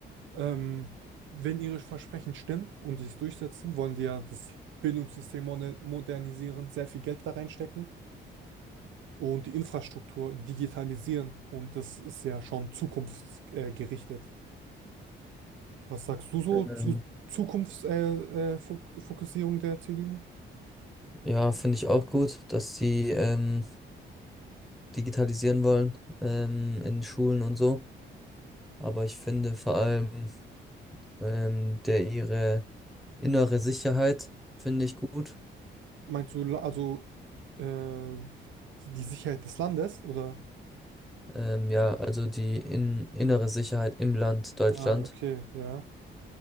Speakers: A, on the right (about 75°); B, in the centre.
A: Ähm, wenn ihre Versprechen stimmen und sie es durchsetzen, wollen die ja das Bildungssystem mone- modernisieren, sehr viel Geld da reinstecken und die Infrastruktur digitalisieren. Und das ist ja schon zukunftsgerichtet. Was sagst du so
B: Ähm,
A: zu Zukunftsfokussierung äh, äh, Fok- Fokussierung der CDU?
B: ja, finde ich auch gut, dass sie ähm, digitalisieren wollen ähm, in Schulen und so. Aber ich finde vor allem ähm, der ihre innere Sicherheit finde ich gut.
A: Meinst du la- also äh, die Sicherheit des Landes oder?
B: Ähm, ja, also die in, innere Sicherheit im Land Deutschland.
A: Ah, okay, ja.